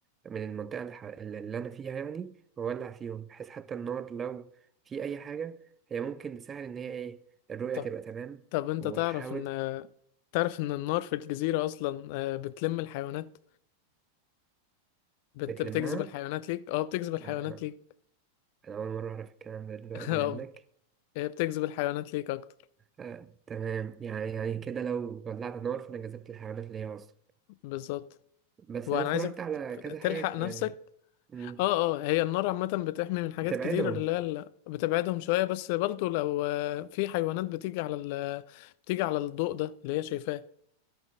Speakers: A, on the right; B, on the left.
A: من المنطقة الح- اللي أنا فيها يعني وأولع فيهم بحيث حتى النار لو في أي حاجة هي ممكن تساعد إن هي إيه الرؤية
B: طب
A: تبقى تمام
B: طب انت
A: وتحاول
B: تعرف ان تعرف ان النار في الجزيرة اصلا آه، بتلم الحيوانات بت...
A: بتلمها
B: بتجذب الحيوانات ليك اه بتجذب الحيوانات
A: لا أنا
B: ليك
A: أنا أول مرة أعرف الكلام ده دلوقتي
B: <laughs>
A: منك
B: اه بتجذب الحيوانات ليك اكتر
A: آه، تمام يعني يعني كده لو ولعت نار فانا جذبت الحيوانات اللي هي اصلا
B: بالظبط
A: بس
B: وانا
A: انا اتفرجت
B: عايزك
A: على
B: ت-
A: كذا
B: تلحق
A: حاجه
B: نفسك
A: يعني مم،
B: اه اه هي النار عامة بتحمي من حاجات
A: هتبعدهم
B: كتير اللي هي ال- بتبعدهم شوية بس برضو لو آه، في حيوانات بتيجي على ال... بتيجي على الضوء ده اللي هي شايفاه